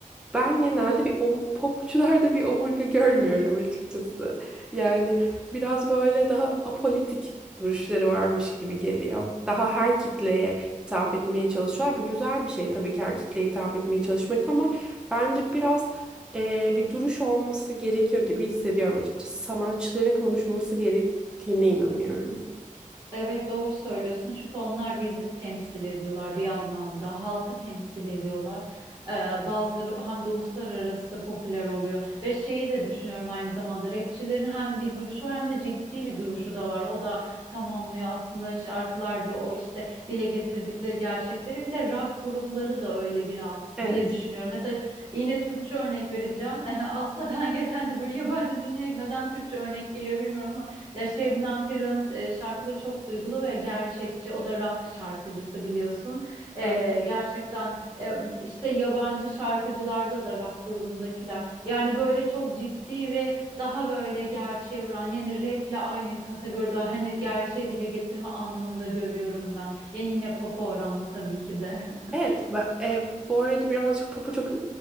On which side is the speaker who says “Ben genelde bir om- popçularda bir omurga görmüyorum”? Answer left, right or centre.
Centre